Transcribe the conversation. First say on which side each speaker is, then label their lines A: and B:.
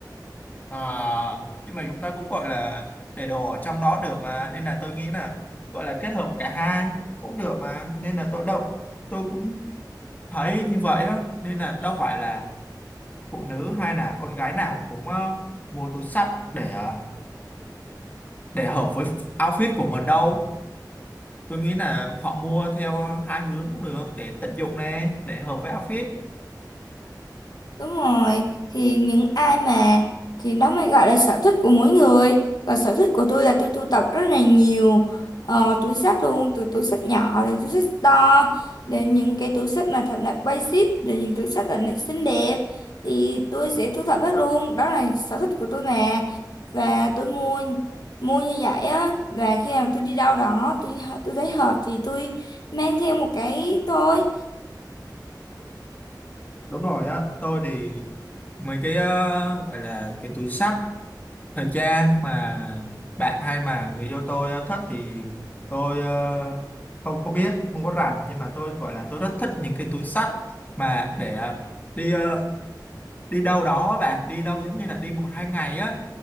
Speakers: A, on the left; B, on the left.
A: À, nhưng mà chúng ta cũng gọi là để đồ ở trong đó được mà nên là tôi nghĩ là gọi là kết hợp cả hai cũng được mà nên là tôi đâu tôi cũng thấy như vậy á nên là đâu phải là phụ nữ hay là con gái nào cũng ờ, mua túi xách để ờ, để hợp với outfit của mình đâu tôi nghĩ là họ mua theo hai hướng cũng được để tận dụng nè để hợp với outfit
B: Đúng rồi, thì những ai mà thì đó mới gọi là sở thích của mỗi người. Còn sở thích của tôi là tôi sưu tập rất là nhiều ờ, túi xách luôn, từ túi xách nhỏ đến túi xách to, đến những cái túi xách mà thật là basic, đến những túi xách thật là xinh đẹp thì tôi sẽ thu thập hết luôn. Đó là sở thích của tôi mà. Và tôi mua mua như vậy á và khi nào tôi đi đâu đó tôi tôi thấy hợp thì tôi mang theo một cái thôi
A: đúng rồi á tôi thì mấy cái ờ, gọi là cái túi xách thời trang mà bạn hay mà người yêu tôi ờ, thích thì tôi ờ, không có biết không có rảnh nhưng mà tôi gọi là tôi rất thích những cái túi xách mà để ờ, đi ờ, đi đâu đó á bạn đi đâu giống như là đi một hai ngày á